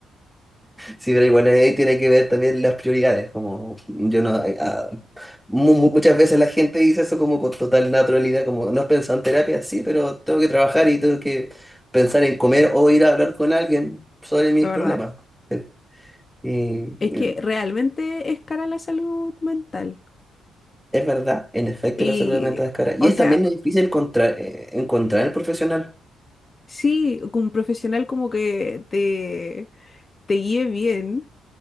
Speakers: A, in the centre; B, on the left.
A: Sí, pero igual ahí tiene que ver también las prioridades, como yo no... eh, ah, mu- mu- muchas veces la gente dice eso como con total naturalidad, como no has pensado en terapia, sí, pero tengo que trabajar y tengo que pensar en comer o ir a hablar con alguien sobre mis
B: la
A: problemas.
B: verdad.
A: Sí. Y
B: Es que realmente es cara la salud mental.
A: es verdad, en efecto
B: Y,
A: la salud mental es cara. Y
B: o
A: es
B: sea,
A: también difícil encontrar, eh, encontrar el profesional.
B: sí, que un profesional como que te, te guíe bien,